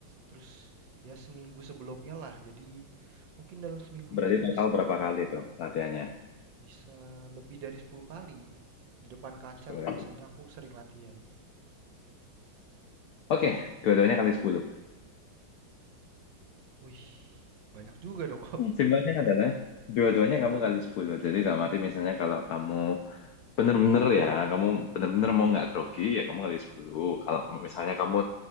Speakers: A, on the right; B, on the left.
A: terus ya seminggu sebelumnya lah, jadi mungkin dalam seminggu
B: Berarti
A: itu
B: total
A: bisa
B: berapa kali tuh latihannya?
A: bisa lebih dari 10 kali. Di depan kaca
B: 10
A: tuh
B: kali.
A: biasanya aku sering latihan.
B: Oke, dua-duanya kali 10.
A: Wih, banyak juga dong kok.
B: Simpelnya adalah dua-duanya kamu kali 10. Jadi dalam arti misalnya kalau kamu bener-bener ya, kamu bener-bener mau nggak grogi, ya kamu kali 10. Kalau misalnya kamu